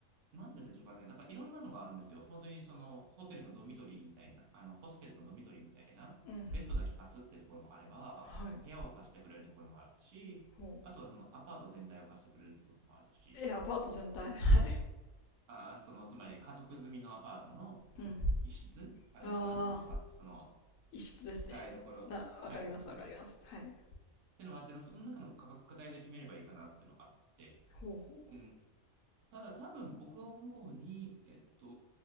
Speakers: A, on the right; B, on the left.
A: なんて言うんでしょうかね。なんかいろんなのがあるんですよ。本当にその、ホテルのドミトリーみたいな、あの、ホステルのドミトリーみたいな、
B: うん、うん。
A: ベッドだけ貸すってところもあれば、
B: はい。
A: 部屋を貸してくれるところもあるし、
B: ほう。
A: あとはそのアパート全体を貸してくれるってこともあるし、
B: え、アパート全体。はい。
A: あその、つまり家族住みのアパートの
B: うん。
A: 一室あの、
B: あー、
A: な、なんて言うんでしょうか。その、
B: 一室ですね。
A: 台所。
B: な、
A: はい、
B: わかります、
A: そうなんです。
B: わかります。
A: っ
B: はい。
A: てのもあっての、その中の価格帯で決めればいいかなっていうのがあって、
B: ほうほう。
A: うん、ただ多分僕は思うに、えっと、